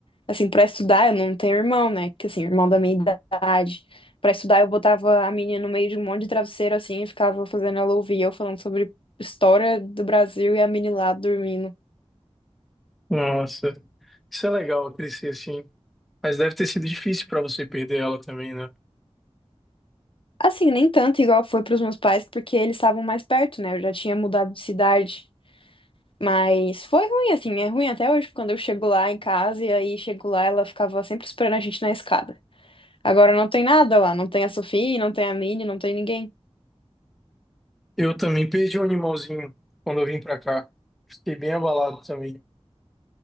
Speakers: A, on the left; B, in the centre.
A: assim, pra estudar, eu não tenho irmão, né? Que assim, irmão da minha idade. Pra estudar, eu botava a menina no meio de um monte de travesseiro, assim, e ficava fazendo ela ouvir eu falando sobre história do Brasil e a menina lá dormindo.
B: Nossa, isso é legal crescer assim. Mas deve ter sido difícil para você perder ela também, né?
A: Assim, nem tanto igual foi pros meus pais, porque eles estavam mais perto, né? Eu já tinha mudado de cidade. Mas foi ruim, assim, é ruim até hoje, quando eu chego lá em casa e aí chego lá, ela ficava sempre esperando a gente na escada. Agora não tem nada lá, não tem a Sofia, não tem a Minnie, não tem ninguém.
B: Eu também perdi um animalzinho quando eu vim para cá. Fiquei bem abalado também.